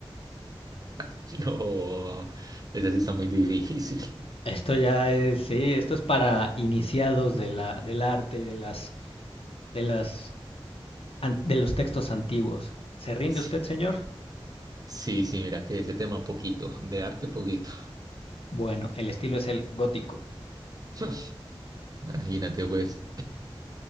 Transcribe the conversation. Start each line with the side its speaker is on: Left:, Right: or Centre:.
Right: <laughs> No, esa sí está muy difícil.
Left: Esto ya es, sí, esto es para iniciados
Right: <laughs>
Left: de la, del arte y de las, de las, an- de los textos antiguos. ¿Se rinde
Right: Sí,
Left: usted, señor?
Right: sí, sí, mira que ese tema poquito, de arte poquito.
Left: Bueno, el estilo es el gótico.
Right: <laughs> Imagínate pues,